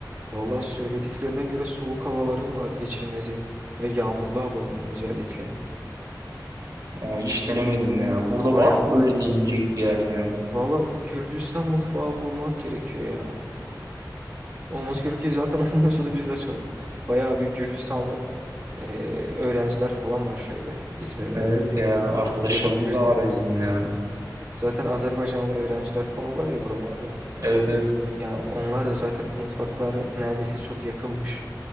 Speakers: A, on the right; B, on the right.
A: Valla söylediklerine göre soğuk havaların vazgeçilmezi ve yağmurlu havaların özellikle
B: Aa hiç denemedim ya. Burada
A: bayağı
B: var mı
A: bir
B: böyle
A: övdüler.
B: deneyecek bir yer falan?
A: Valla Gürcistan mutfağı bulmak gerekiyor ya. Olması gerekiyor ki zaten <laughs> olmuyorsa da biz de açalım. Bayağı bir Gürcistanlı eee, öğrenciler falan var şeyde İzmir'de.
B: Evet ya arkadaşlarımız
A: Yapabiliriz
B: da var
A: yani.
B: bizim ya.
A: Zaten Azerbaycanlı öğrenciler falan var ya buralarda.
B: Evet evet.
A: Ya onlar da zaten mutfakları neredeyse çok yakınmış.